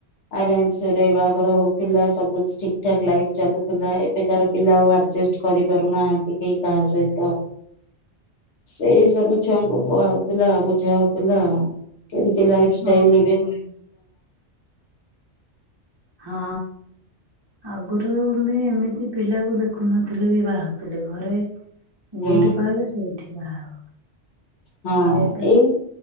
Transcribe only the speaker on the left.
ଆରେଞ୍ଜରେ ବାହାଘର ହଉଥିଲା ସବୁ ଠିକ୍ ଠାକ୍ ଲାଇଫ ଚାଲୁଥିଲା ଏବେକାର ପିଲା ଆଉ ଅଜେଷ୍ଟ କରିପାରୁନାହାନ୍ତି କେହି କାହା ସହିତ ସେଇ ସବୁ ଛୁଆଙ୍କୁ କୁହା ହଉଥିଲା ବୁଝାହଉଥିଲା। କେମତି ଲାଇଫଷ୍ଟାଇଲର
ଏବେ
ହୁଁ
ହଁ
ଏଇ